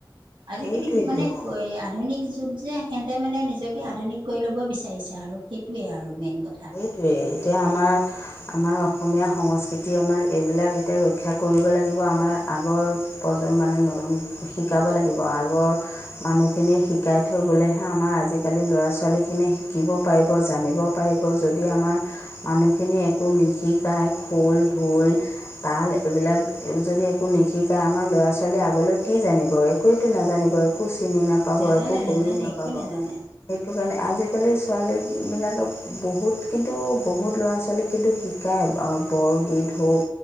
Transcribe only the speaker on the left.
সেইটোৱেইটো
টোৱে এতিয়া আমাৰ আমাৰ অসমীয়া সংস্কৃতি আমাৰ এইবিলাক এতিয়া ৰক্ষা কৰিব লাগিব, আমাৰ আগৰ প্ৰজন্ম নৰম মানে শিকাব লাগিব, আগৰ মানুহখিনিয়ে শিকাই থৈ গ'লেহে আমাৰ আজিকালি ল'ৰা ছোৱালীখিনিয়ে শিকিব পাৰিব। জানিব পাৰিব। যদি আমাৰ মানুহখিনি একো নিশিকাই খোল ঢোল তাল এইবিলাক যদি একো নিশিকায়, আমাৰ ল'ৰা ছোৱালীয়ে আগলৈ কি জানিব একোৱেতো নাজানিব। একো চিনি নাপাব
একো গমেই
নাপাব,
সেইটো কাৰণেই আজিকালি ছোৱালী বিলাকে বহুত কিন্তু বহুত ল'ৰা ছোৱালীক কিন্তু শিকায় বৰগীত হওক।